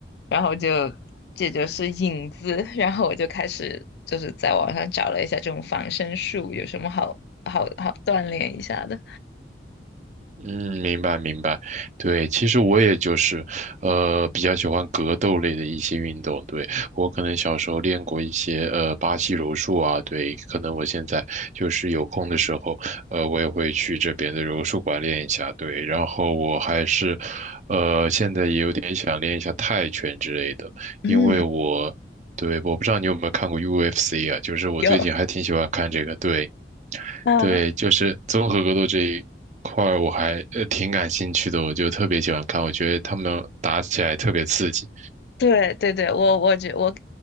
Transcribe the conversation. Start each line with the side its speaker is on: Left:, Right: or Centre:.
Left: 然后就这就是影子，然后我就开始就是在网上找了一下这种防身术有什么好好好锻炼一下的，
Right: 嗯，明白明白，对，其实我也就是，呃，比较喜欢格斗类的一些运动。对，我可能小时候练过一些，呃，巴西柔术啊，对，可能我现在就是有空的时候，呃，我也会去这边的柔术馆练一下。对，然后我还是，呃，现在也有点想练一下泰拳之类的，
Left: 嗯。
Right: 因为我，对，我不知道你有没有看过 UFC 啊，就是我最近还挺喜欢看这个，
Left: 有
Right: 对。
Left: 啊，
Right: 对，就是综合格斗这一块儿我还呃挺感兴趣的，我就特别喜欢看，我觉得他们打起来特别刺激。
Left: 对对对，我我觉我